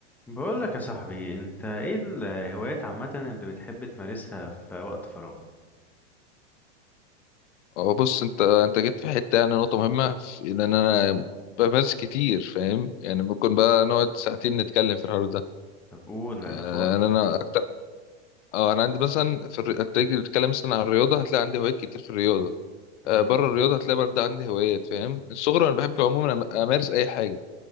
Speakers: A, in the centre; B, on the left (about 75°).
A: بقول لك يا صاحبي انت ايه الهوايات عامة اللي بتحب تمارسها في وقت فراغك
B: هو بص انت انت جيت في حته يعني نقطه مهمه في ان انا بمارس كتير فاهم يعني ممكن بقى نقعد ساعتين نتكلم في الحوار ده
A: طب قول
B: يعني
A: انا فاضي
B: انا اكتر اه انا عندي مثلا في الر... تيجي تتكلم مثلا عن الرياضه هتلاقي عندي هوايات كتير في الرياضه
A: امم
B: آه، بره الرياضه هتلاقي برضه عندي هوايات فاهم من الصغر انا بحب عموما أم- امارس اي حاجه